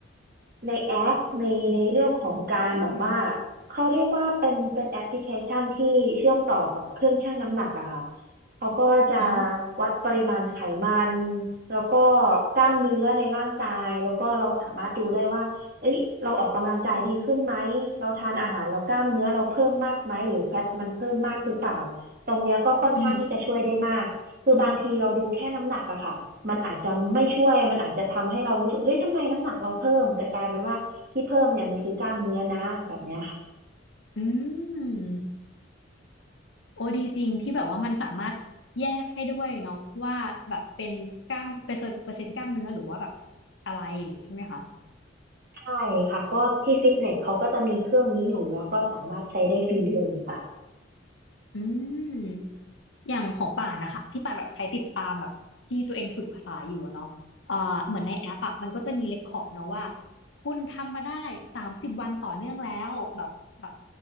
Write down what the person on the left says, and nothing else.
อืม
อ๋อ
อืม
อืมโอ้ดีจริงที่แบบว่ามันสามารถแยกให้ด้วยเนาะว่าแบบเป็นกล้ามเปอร์เซ็นต์เปอร์เซ็นต์กล้ามเนื้อหรือว่าแบบอะไรอย่างงี้ใช่ไหมคะ
อืม อย่างของป่านนะคะที่ป่านแบบใช้ติดตามแบบที่ตัวเองฝึกภาษาอยู่อะเนาะเอ่อเหมือนในแอปอะมันก็จะมีเรคคอร์ดเนาะว่าคุณทำมาได้สามสิบวันต่อเนื่องแล้วแบบแบบ